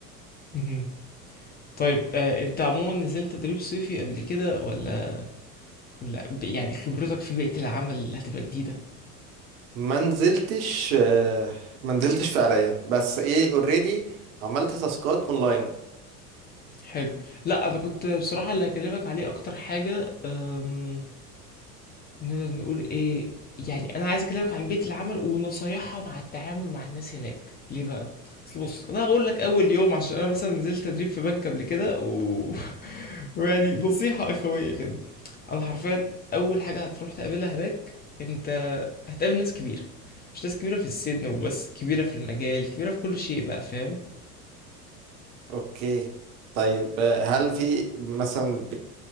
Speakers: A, on the left; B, on the right.
A: مهم. طيب آه، انت عموما نزلت تدريب صيفي قبل كده ولا لا ب- يعني خبرتك في بيئة العمل اللي هتبقى جديدة
B: ما نزلتش آه، ما نزلتش فعليا بس ايه اوريدي عملت تاسكات اونلاين
A: حلو لا انا كنت بصراحة اللي هكلمك عليه اكتر حاجة أم، نقدر نقول ايه يعني انا عايز اكلمك عن بيئة العمل ونصايحها مع التعامل مع الناس هناك ليه بقى اصل بص انا هقول لك اول يوم عشان انا مثلا نزلت تدريب في بنك قبل كده و... <laughs> ويعني نصيحة اخوية كده انا حرفيا اول حاجة هتروح تقابلها هناك انت هتقابل ناس كبيرة مش ناس كبيرة في السن وبس كبيرة في المجال كبيرة في كل شيء بقى فاهم
B: اوكي طيب آه، هل في مثلا